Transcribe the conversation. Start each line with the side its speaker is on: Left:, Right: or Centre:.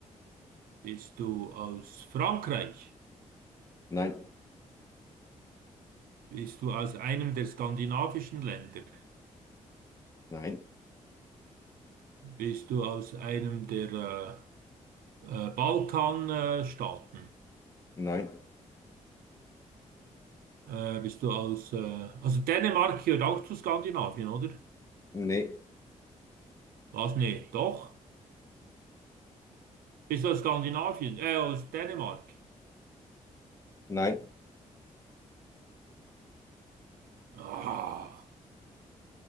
Right: Bist du aus Frankreich?
Left: nein,
Right: Bist du aus einem der skandinavischen Länder?
Left: nein,
Right: Bist du aus einem der äh, äh, Balkanstaaten? Äh, Staaten?
Left: nein,
Right: äh, bist du aus... Äh, also Dänemark gehört auch zu Skandinavien, oder?
Left: nee,
Right: Was? Nee, doch. Bist du aus Skandinavien? Äh, aus Dänemark.
Left: nein.
Right: Ah.